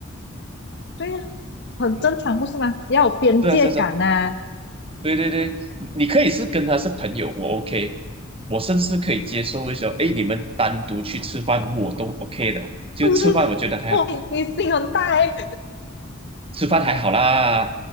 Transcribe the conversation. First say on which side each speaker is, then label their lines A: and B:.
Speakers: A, on the left; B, on the right.
A: 对呀、很正常，
B: 嗯，
A: 不是吗？要有边界感呐、
B: 是啊，是啊是啊对对对，你你可以是跟他是朋友，我 OK，我甚至可以接受一些，哎，你们单独去吃饭，我都 OK 的。就吃饭，
A: <laughs>
B: 我觉得还好，
A: 我你你心很大哎、欸
B: 吃饭还好啦。